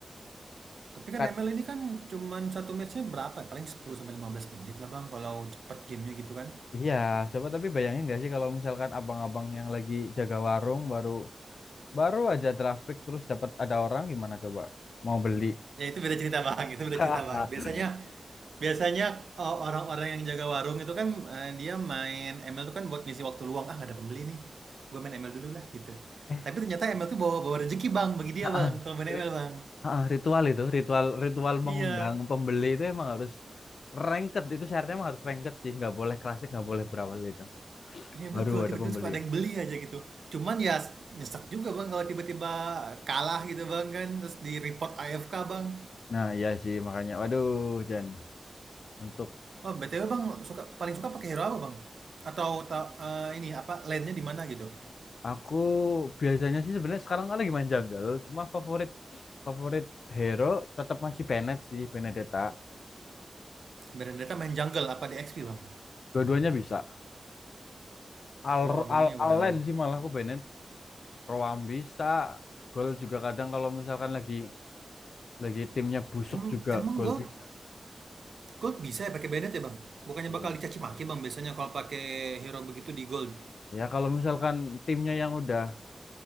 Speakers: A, on the right; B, on the left.
A: Tapi kan
B: Kat-
A: ML ini kan cuman satu matchnya berapa? Paling 10 sampai 15 menit lah Bang kalau cepet gamenya gitu kan.
B: iya coba tapi bayangin gak sih kalau misalkan abang-abang yang lagi jaga warung baru baru aja draft pick terus dapat ada orang gimana coba mau beli
A: Ya itu beda cerita Bang, itu beda
B: <laughs>
A: cerita Bang. Biasanya biasanya eh, orang-orang yang jaga warung itu kan eh, dia main ML tuh kan buat ngisi waktu luang. Ah nggak ada pembeli nih. Gue main ML dulu lah gitu.
B: eh
A: Tapi ternyata ML tuh bawa bawa rezeki Bang bagi dia
B: Ah,
A: Bang kalau main ML
B: ri-
A: Bang.
B: ah, ritual itu, ritual ritual
A: Iya.
B: mengundang pembeli itu emang harus ranked itu syaratnya emang harus ranked sih, nggak boleh klasik, nggak boleh berawal itu.
A: Iya
B: Baru
A: betul,
B: ada
A: tiba-tiba
B: pembeli.
A: suka ada yang beli aja gitu. Cuman ya s- nyesek juga Bang kalau tiba-tiba kalah gitu Bang kan, terus di-report AFK Bang.
B: nah iya sih makanya waduh Jan untuk
A: Oh BTW Bang suka paling suka pakai hero apa Bang? Atau ta- eh, ini apa lane-nya di mana gitu?
B: Aku biasanya sih sebenarnya sekarang kan lagi main jungle, cuma favorit favorit hero tetap masih Bennett sih, Benedetta.
A: Berendata main jungle apa di XP Bang?
B: Dua-duanya bisa. Al
A: Wah Bang
B: Al
A: ini udah,
B: Allen
A: udah.
B: sih malah aku Bennett, Roam bisa, gol juga kadang kalau misalkan lagi lagi timnya busuk
A: Em-
B: juga
A: emang
B: gol
A: gold
B: bisa.
A: gold bisa ya pakai Bennett ya Bang? Bukannya
B: Ya.
A: bakal dicaci maki Bang biasanya kalau pakai hero begitu di gold.
B: Ya kalau misalkan timnya yang udah